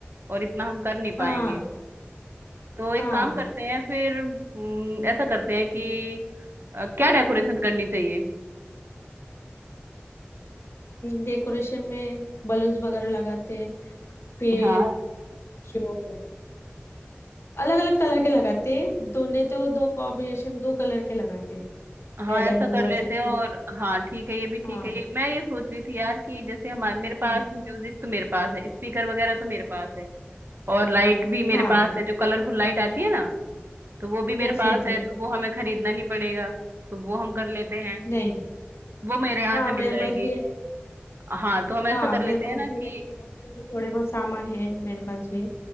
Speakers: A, on the right (about 60°); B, on the left (about 80°).
A: और इतना हम कर नहीं पाएंगे
B: हाँ
A: तो एक
B: हाँ
A: काम करते हैं फिर हम्म, ऐसा करते हैं कि अ, क्या
B: हाँ
A: डेकोरेशन करनी चाहिए
B: डेकोरेशन में बलून्स वगैरह लगाते हैं फिर
A: हाँ
B: जो अलग अलग कलर के लगाते हैं दोनों तो दो कॉम्बिनेशन दो कलर के लगाते हैं,
A: हाँ
B: रेड
A: ऐसा
B: एंड ब्लू
A: कर लेते
B: ऐसे
A: हैं और
B: जो
A: हाँ ठीक है ये भी ठीक
B: हाँ
A: है ये मैं ये सोच रही थी यार कि जैसे हमारे मेरे पास
B: हम्म,
A: म्यूजिक तो मेरे पास है स्पीकर वगैरह तो मेरे पास है और लाइट भी
B: हाँ
A: मेरे पास
B: हाँ
A: है जो कलरफुल लाइट आती है ना तो वो भी मेरे
B: Yes
A: पास
B: yes
A: है
B: yes
A: तो वो हमें खरीदना नहीं पड़ेगा तो वो हम कर लेते हैं
B: नहीं
A: वो मेरे यहाँ
B: हाँ
A: से मिल
B: मेरे
A: जाएगी
B: पास भी है
A: हाँ तो हम ऐसा
B: हाँ
A: कर
B: मेरे
A: लेते
B: पास
A: हैं ना
B: भी
A: कि
B: है मेरे पास भी थोड़े बहुत सामान है मेरे पास भी